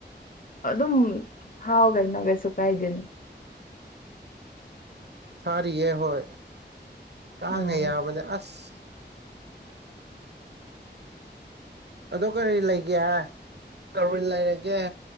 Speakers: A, on the left; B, on the right.
A: ꯑꯗꯨꯝ ꯐꯥꯎ ꯀꯩꯅꯣ ꯀꯩꯁꯨ ꯀꯥꯏꯗꯦꯅ
B: ꯊꯥꯔꯤꯌꯦꯦ ꯍꯣꯏ ꯀꯥꯡꯅ
A: ꯑꯣ
B: ꯌꯥꯕꯅꯦ ꯑꯁ ꯑ ꯀꯔꯤ ꯂꯩꯒꯦ ꯍꯥꯏ ꯀꯔ ꯂꯩꯔꯒꯦ